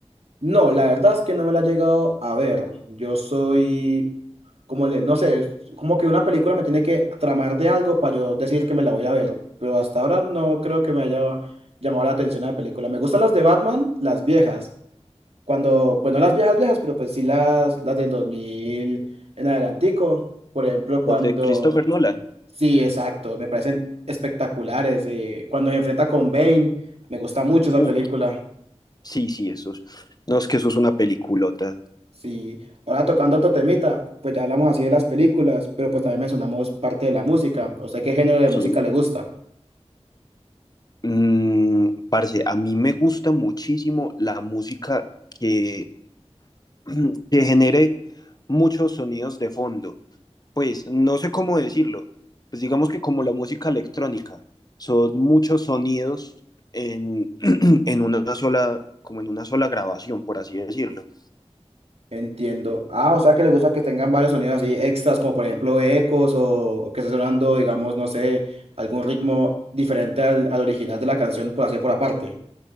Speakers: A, on the right (about 65°); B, on the left (about 35°).
A: No, la verdad es que no me la he llegado a ver. Yo soy como le, no sé, es como que una película me tiene que tramar de algo para yo decir que me la voy a ver, pero hasta ahora no creo que me haya llamado la atención la película. Me gustan las de Batman, las viejas, cuando, pues no las viejas viejas, pero pues sí las, las del 2000 en adelantico, por ejemplo, cuando,
B: Las de Christopher Nolan.
A: sí, exacto, me parecen espectaculares, eh, cuando se enfrenta con Bane, me gusta mucho esa
B: Uh,
A: película.
B: sí, sí, esos. No, es que eso es una peliculota.
A: Sí, ahora tocando otro temita, pues ya hablamos así de las películas, pero pues también mencionamos parte de la música. ¿A ¿Usted qué género de
B: Sí.
A: música le gusta?
B: Mm, parce, a mí me gusta muchísimo la música que, <clears throat> que genere muchos sonidos de fondo. pues no sé cómo decirlo, pues digamos que como la música electrónica, son muchos sonidos en, <clears throat> en una sola, como en una sola grabación, por así decirlo.
A: Entiendo. Ah, o sea que le gusta que tengan varios sonidos así extras, como por ejemplo ecos o, o que esté sonando, digamos, no sé, algún ritmo diferente al, al original de la canción, por así por aparte.